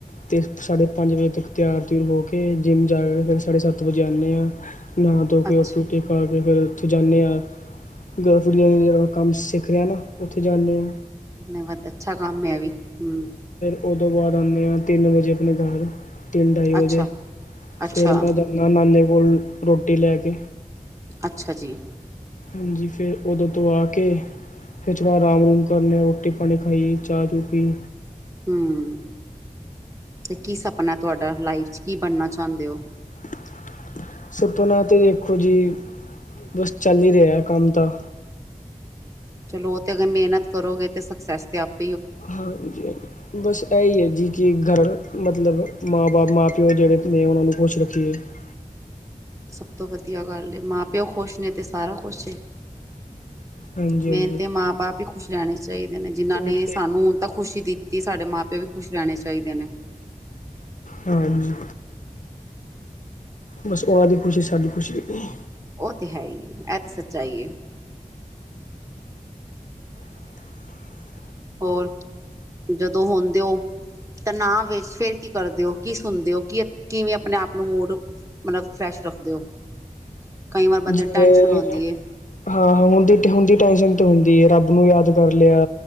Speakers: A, on the left; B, on the right.
A: ਤੇ ਸਾਢੇ ਪੰਜ ਵਜੇ ਤੱਕ। ਤਿਆਰ ਤਿਉਰ ਹੋ ਕੇ ਜਿੰਮ ਜਾ ਕੇ ਫਿਰ ਸਾਡੇ ਸੱਤ ਵਜੇ ਆਂਉਦੇ ਹਾਂ। ਨਹਾ ਧੋ ਕੇ
B: ਅੱਛਾ
A: ਰੋਟੀ ਰੁਟੀ ਖਾ ਕੇ ਫੇਰ। ਉੱਥੇ ਜਾਂਦੇ ਆਂਗਲਪੜੀਆਂ ਦਾ ਜਾ ਕੰਮ ਸਿੱਖ ਲਿਆ ਨਾ ਉੱਥੇ ਜਾਂਦੇ ਆਂ।
B: ਨ ਬਹੁਤ ਅੱਛਾ ਕੰਮ ੲ ਏਵੀ, ਹੁੰ।
A: ਉਹਦੋ ਬਾਅਦ ਆਉਂਦੇ ਹਾਂ ਤਿੰਨ ਵਜੇ ਆਪਣੇ ਘਰ। ਤਿੰਨ ਢਾਈ ਵਜੇ
B: ਅੱਛਾ ਅੱਛਾ
A: ਫਿਰ ਮੈਂ ਜਾਂਣਾ ਨਾਨੇ ਕੋਲ ਰੋਟੀ ਲੈ ਕੇ।
B: ਅੱਛਾ ਜੀ।
A: ਹਾਂਜੀ, ਫਿਰ ਉਦੋਂ ਤੋਂ ਆ ਕੇ ਫਿਰ ਜਰਾ ਆਰਾਮ- ਉਰੂਮ ਕਰ ਲਿਆ। ਰੋਟੀ- ਪਾਣੀ ਖਾਈ, ਚਾਹ ਚੂ ਪੀ।
B: ਹਮ ਤੇ ਕੀ ਸਪਨਾ ਹੈ ਤੁਹਾਡਾ? ਲਾਈਫ ਚ ਕੀ ਬਣਨਾ ਚਾਹੁੰਦੇ ਹੋ?
A: <inaudible> <inaudible> ਸੁਪਨਾ ਤੇ ਦੇਖੋ ਜੀ, ਬਸ ਚੱਲ ਹੀ ਰਿਹਾ ਹੈ ਕੰਮ ਤਾਂ।
B: ਚਲੋ ਉਹ ਤੇ ਅਗਰ ਮਿਹਨਤ ਕਰੋਗੇ ਤੇ ਸਕਸੈਸ ।
A: ਹਾਂਜੀ- ਹਾਂਜੀ ਬਸ ਏਹੀ । ਜੀ ਕਿ ਘਰ ਮਤਲਬ ਮਾਂ- ਬਾਪ, ਮਾਂ- ਪਿਓ ਜਿਹੜੇ ਨੇ ਉਹਨਾਂ ਨੂੰ ਖੁਸ਼ ਰੱਖੀਏ। <inaudible> <inaudible>
B: ਸਭ ਤੋਂ ਵਧੀਆ ਗੱਲ ਏ ਮਾਂ-ਪਿਓ ਖੁਸ਼ ਨੇ ਤੇ ਸਾਰਾ ਖੁਸ਼ ਹੈ।
A: ਹਾਂਜੀ
B: ਮੇਨ
A: ਹਾਂਜੀ
B: ਤੇ ਮਾਂ- ਬਾਪ ਹੀ ਖੁਸ਼ ਰਹਿਣੇ। ਚਾਹੀਦੇ ਨੇ, ਜਿਹਨਾਂ
A: ਉਹੀ
B: ਨੇ
A: ਤੇ
B: ਸਾਨੂੰ ਤਾਂ ਖੁਸ਼ੀ ਦਿੱਤੀ, ਸਾਡੇ ਮਾਂ-ਪਿਓ ਵੀ ਖੁਸ਼ ਰਹਿਣੇ ਚਾਹੀਦੇ ਨੇ।
A: ਹਾਂਜੀ। ਬਸ ਉਹਨਾਂ ਦੀ ਖੁਸ਼ੀ ਸਾਡੀ ਖੁਸ਼ੀ ਹੇਗੀ।
B: ਉਹ ਤੇ ਹੈ ਹੀ ਏ, ਇਹ ਤੇ ਸੱਚਾਈ ਏ।
A: <inaudible> <inaudible>
B: ਹੋਰ ਜਦੋਂ ਹੋਂਦੇ ਓ। ਤਨਾਵ ਵਿੱਚ ਫੇਰ ਕੀ ਕਰਦੇ ਹੋ? ਕੀ ਸੁਣਦੇ ਹੋ, ਕੀ ਕਿਵੇਂ ਆਪਣੇ ਆਪ ਨੂੰ ਮੂਡ ਮਤਲਬ। ਰੱਖਦੇ ਹੋ। ਕਈ ਵਾਰ ਬੰਦੇ
A: ਜਿਵੇਂ
B: ਨੂੰ ਟੈਨਸ਼ਨ ਆਉਂਦੀ ਹੈ
A: ਹਾਂ ਹੁੰਦੀ ਤੇ ਹੁੰਦੀ ਟੈਂਸ਼ਨ ਦੀ ਰੱਬ ਨੂੰ ਯਾਦ ਕਰ ਲਿਆ,